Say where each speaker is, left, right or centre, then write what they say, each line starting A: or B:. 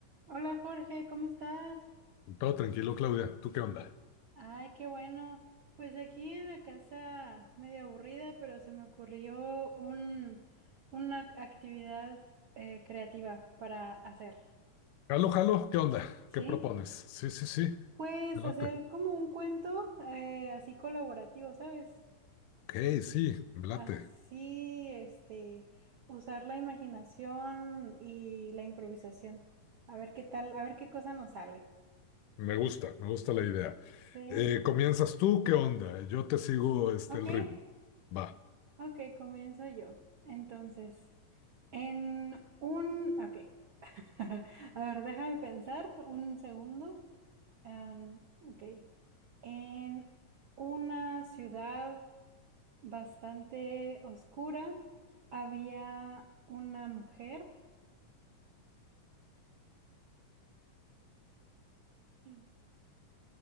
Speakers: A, on the right; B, on the left.
A: Hola Jorge, ¿cómo estás?
B: Todo tranquilo, Claudia. ¿Tú qué onda?
A: Ay, qué bueno. Pues aquí en la casa medio aburrida, pero se me ocurrió un, una ac- actividad eh, creativa para hacer,
B: Jalo, jalo, ¿qué onda?
A: ¿sí?
B: ¿Qué propones? Sí, sí, sí,
A: Pues
B: me late.
A: hacer como un cuento eh, así colaborativo, ¿sabes?
B: Ok, sí, me late.
A: Así, este, usar la imaginación y la improvisación. A ver qué tal, a ver qué cosa nos sale.
B: Me gusta, me gusta la idea.
A: Sí,
B: Eh, ¿comienzas tú? ¿Qué onda? Yo te sigo este,
A: ok,
B: el ritmo. Va.
A: ok, comienzo yo. Entonces. En un... Ok. <laughs> A ver, déjame pensar un segundo. Am, ok. En una ciudad bastante oscura había una mujer. Sí,